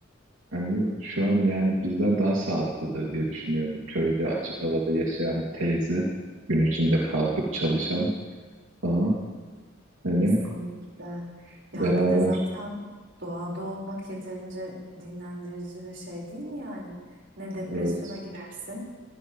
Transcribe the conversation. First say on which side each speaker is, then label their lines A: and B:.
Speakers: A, on the right (about 85°); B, on the right (about 60°).
A: Hani şu an yani bizden daha sağlıklıdır diye düşünüyorum. Köyde açık havada yaşayan bir teyze, gün içinde kalkıp çalışan falan. Hani
B: kesinlikle. Ya
A: beraber
B: bir de zaten doğada olmak yeterince dinlendirici ve şey değil mi yani? Ne depresyona
A: evet
B: girersin,